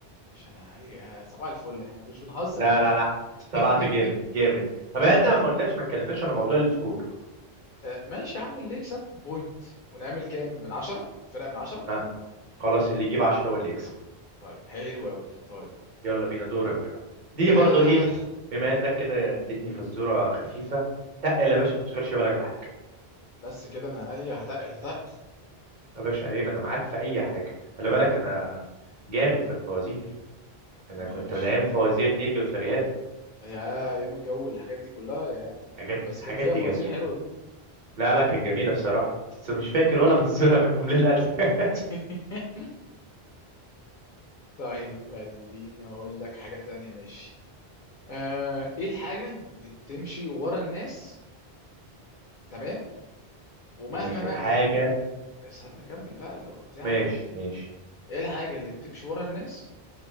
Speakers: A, on the left; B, on the right.
A: مش انا هي صباح الفل احنا مش بنهزر
B: لا
A: هنا
B: لا لا طلعت
A: <laughs>
B: جامد جامد طب يعني انت ما قلناش ما اتكلمناش على موضوع السكور
A: آه، ماشي يا عم اللي يكسب بوينت ونعمل كام من عشرة فرقة من عشرة
B: لا. خلاص اللي يجيب 10 واللي يكسب
A: طيب حلو قوي طيب
B: يلا بينا دورك بقى دي
A: أه
B: برضو ايه بما انك كده اديتني فزورة خفيفة تقل يا باشا ما تشغلش بالك بحاجة
A: بس كده من عينيا هتقل هتقل
B: يا باشا عيب انا معاك في اي حاجة خلي بالك انا جامد في الفوازير انا
A: ماشي
B: كنت من ايام فوازير نيلي وشريهان
A: يا ايام الجو والحاجات دي كلها يا
B: حاجات
A: بس
B: حاجات
A: كان فيها
B: دي
A: فوازير
B: جميلة
A: حلوه دي
B: لا لا كانت جميلة بصراحة بس مش فاكر ولا <laughs> فزورة منهم للأسف <laughs>
A: <laughs> طيب خليني اقول لك حاجه تانية ماشي آه ايه الحاجه اللي بتمشي ورا الناس تمام ومهما
B: ماشي
A: ما
B: الحاجة
A: و... سيبني اكمل بقى ال- بتاعي
B: ماشي
A: يا عم
B: ماشي
A: ايه الحاجه اللي بتمشي ورا الناس